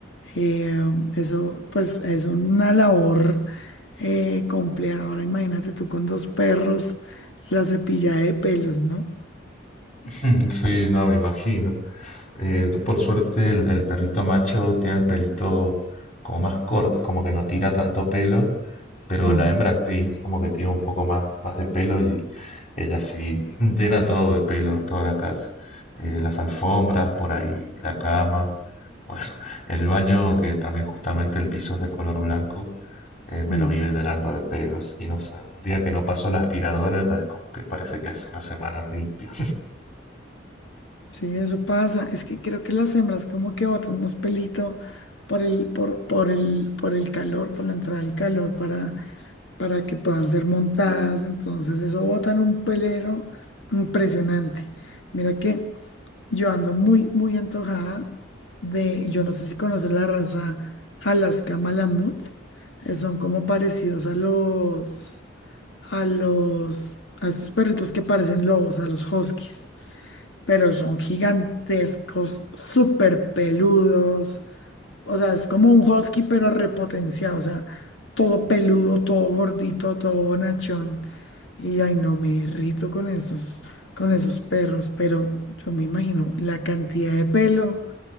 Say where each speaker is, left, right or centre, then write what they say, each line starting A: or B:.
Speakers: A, on the left; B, on the left.
A: Eh, eso, pues, es una labor eh, compleja. Ahora imagínate tú con dos perros, la cepillada de pelos, ¿no?
B: <laughs> Sí, no, me imagino. Eh, tú, por suerte el, el perrito macho tiene el pelito como más corto, es como que no tira tanto pelo, pero
A: Mm,
B: la hembra sí, es como que tira un poco más, más de pelo y ella sí <laughs> llena todo de pelo, toda la casa. Eh, las alfombras por ahí, la cama, bueno, <laughs> el baño que también justamente el piso es de color blanco, eh, me
A: mm.
B: lo vive llenando de pelos y no sé, un día que no pasó la aspiradora ya es como que parece que hace una semana limpio.
A: Sí, eso pasa. Es que creo que las hembras como que botan más pelito por el, por, por el, por el calor, por la entrada del calor, para, para que puedan ser montadas. Entonces, eso botan un pelero impresionante. Mira que Yo ando muy, muy antojada de, yo no sé si conoces la raza Alaska Malamut, eh, son como parecidos a los, a los, a estos perritos que parecen lobos, a los huskies, pero son gigantescos, súper peludos, o sea, es como un husky, pero repotenciado. O sea, todo peludo, todo gordito, todo bonachón. Y ay, no me irrito con esos, con esos perros, pero yo me imagino la cantidad de pelo